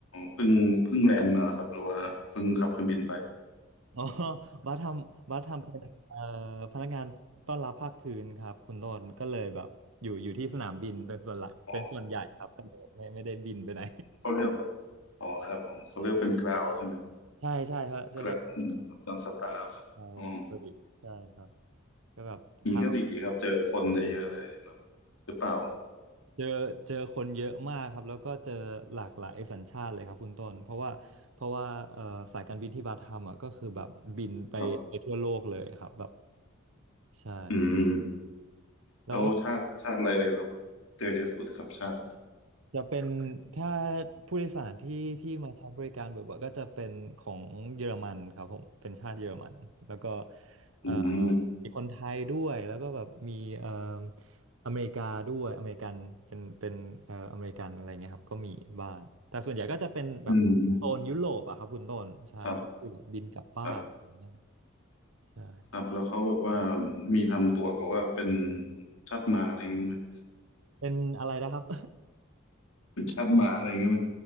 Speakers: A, on the left; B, on the right.
A: เพิ่งเพิ่งแลนด์มาเหรอครับหรือว่าเพิ่งขับเครื่องบินไป
B: อ๋อบาสทำบาสทำเป็นเอ่อพนักงานต้อนรับภาคพื้นครับคุณต้นก็เลยแบบอยู่อยู่ที่สนามบินเป็นส่วนหลักเป็นส่วนใหญ่ครับก็เลยบไม่ไม่ได้บินไปไหน
A: <laughs> อ๋อเขาเรียกว่าอ๋อครับผมเขาเรียกเป็นกราวใช่ไหม
B: <laughs> ใช่ใช่ครับจะเรียกเป็น
A: กราวตอนสตาฟอ๋อ
B: ไทยเซอร์วิสใช่ครับก็แบบทำ
A: นี้ก็ดีครับเจอคนได้เยอะเลยครับหรือเปล่า
B: เจอเจอคนเยอะมากครับแล้วก็เจอหลากหลายสัญชาติเลยครับคุณต้นเพราะว่าเพราะว่าเอ่อสายการบินที่บาทำอ่ะก็คือแบบบินไปไปทั่วโลกเลยครับแบบ
A: ครับ
B: ใช่
A: อืม
B: แล้ว
A: แล้วชาติชาติอะไรครับเจอเยอะสุดครับชาติ
B: จะเป็นถ้าผู้โดยสารที่ที่มาใช้บริการบ่อยๆก็จะเป็นของเยอรมันครับผมเป็นชาติเยอรมันแล้วก็เอ่อ
A: อืม
B: มีคนไทยด้วยแล้วก็แบบมีเอ่ออเมริกาด้วยอเมริกันเป็นเป็นเอ่ออเมริกันอะไรเงี้ยครับก็มีบ้างแต่ส่วนใหญ่ก็จะเป็นแบบโซนยุโรปอะครับคุณต้นใช่คือแบบบินกลับบ้านอะไรเงี้ยครับ
A: อืมครับครับ
B: ใช่
A: ครับแล้วเขาแบบว่ามีทำตัวแบบว่าเป็นชาติหมาอะไรอย่างเงี้ยมั้งนะ
B: เป็นอะไรนะครับ
A: ชาติหมาอะไรอย่างเงี้ยมั้ย